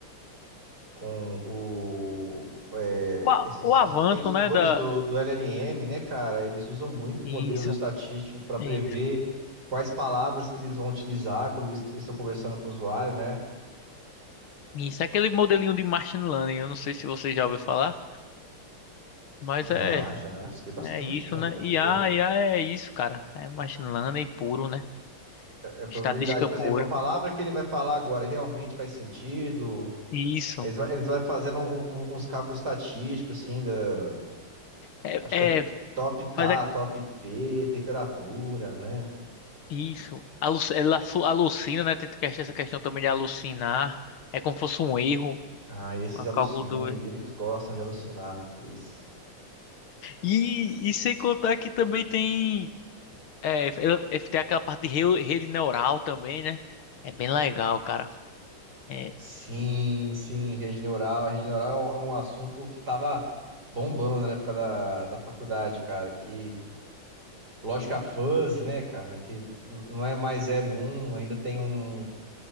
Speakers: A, on the right; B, on the left.
A: com o, é,
B: o a-
A: esses,
B: o avanço,
A: esses tensores
B: né, da...
A: do, do LLM, né, cara? Eles usam muito
B: Isso.
A: modelos estatísticos para
B: É
A: prever
B: isso.
A: quais palavras que eles vão utilizar quando eles eles estão conversando com o usuário, né?
B: Isso é aquele modelinho de machine learning. Eu não sei se você já ouviu falar, mas
A: Já,
B: é
A: já, estudei bastante
B: é isso,
A: já,
B: né?
A: cara,
B: I
A: isso
B: a,
A: daí.
B: IA, a é isso, cara. É machine learning puro, né?
A: É a probabilidade,
B: Estatística
A: por
B: pura.
A: exemplo, a palavra que ele vai falar agora realmente faz sentido?
B: Isso.
A: Eles vai, eles vai fazendo um- um- uns cálculos estatísticos, assim, da,
B: É,
A: acho
B: é,
A: que é
B: é
A: top K,
B: mas é
A: top P, temperatura, né?
B: isso. Aluc- Ela su- alucina, né? Tem que- essa questão também de alucinar. É como se fosse um erro,
A: Ah, esses
B: um
A: alucinam,
B: cálculo do
A: e
B: erro.
A: eles gostam de alucinar. Esse-
B: E, e sem contar que também tem é, ela- é, tem aquela parte de re- rede neural também, né? É bem legal, cara. É,
A: Sim, sim, rede neural. Rede neural é um, é um assunto que tava bombando na época da, da faculdade, cara. Que lógica fuzzy, né, cara? Que n- não é mais zero e um. ainda tem um.